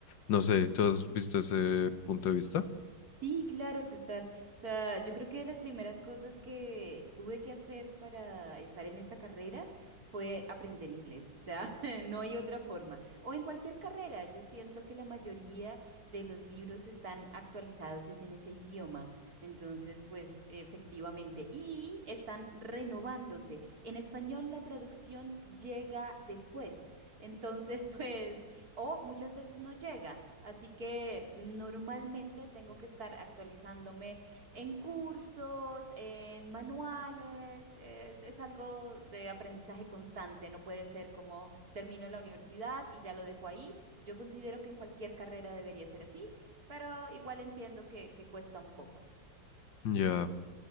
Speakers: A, on the left (about 80°); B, on the right (about 55°).
A: No sé, ¿tú has visto ese punto de vista?
B: Sí, claro, total. O sea, yo creo que de las primeras cosas que tuve que hacer para estar en esta carrera fue aprender inglés. O sea, <laughs> no hay otra forma. O en cualquier carrera, yo siento que la mayoría de los libros están actualizados es en ese idioma. Entonces, pues efectivamente. Y están renovándose. En español la traducción llega después. Entonces, <laughs> pues, o muchas veces no llega. Así que normalmente tengo que estar actualizándome en cursos, en manuales, es, es algo de aprendizaje constante, no puede ser como termino la universidad y ya lo dejo ahí. Yo considero que en cualquier carrera debería ser así, pero igual entiendo que, que cuesta un poco.
A: Ya.